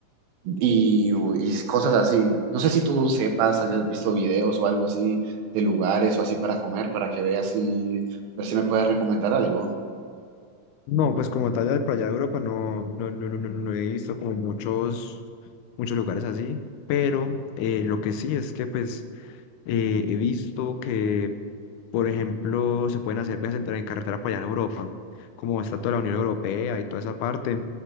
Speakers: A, on the right; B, on the left.
A: Y, y cosas así. No sé si tú sepas, hayas visto videos o algo así de lugares o así para comer, para que veas y ver si me puedes recomendar algo.
B: No, pues como tal, ya por allá de Europa no, no, no, no, no, no he visto como muchos, muchos lugares así, pero eh, lo que sí es que pues Eh, he visto que, por ejemplo, se pueden hacer viajes en, tren- en carretera para allá en Europa, como está toda la Unión Europea y toda esa parte,